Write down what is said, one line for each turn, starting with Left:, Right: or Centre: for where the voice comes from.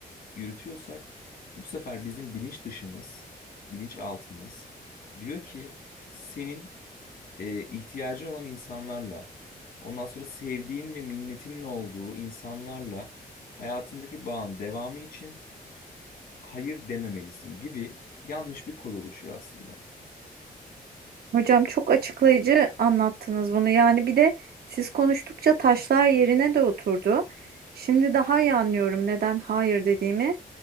Left: yürütüyorsak bu sefer bizim bilinç dışımız, bilinç altımız diyor ki senin e, ihtiyacın olan insanlarla, ondan sonra sevdiğin ve minnetinin olduğu insanlarla hayatındaki bağın devamı için hayır dememelisin gibi yanlış bir kod oluşuyor aslında.
Right: Hocam çok açıklayıcı anlattınız bunu. Yani bir de siz konuştukça taşlar yerine de oturdu. Şimdi daha iyi anlıyorum neden hayır dediğimi.